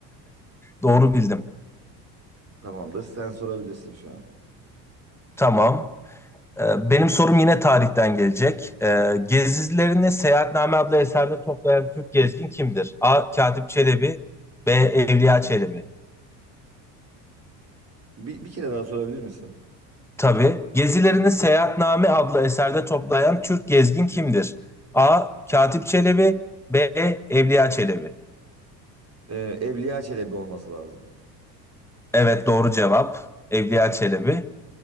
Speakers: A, in the centre; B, on the right.
A: doğru bildim.
B: Tamamdır. Sen sorabilirsin şu an.
A: Tamam. E, benim sorum yine tarihten gelecek. E, gezilerini Seyahatname adlı eserde toplayan Türk gezgin kimdir? A. Katip Çelebi B. Evliya Çelebi.
B: Bir, bir kere daha sorabilir misin?
A: Tabii. Gezilerini Seyahatname adlı eserde toplayan Türk gezgin kimdir? A. Katip Çelebi B. Evliya Çelebi.
B: Ee, Evliya Çelebi olması lazım.
A: Evet doğru cevap. Evliya Çelebi.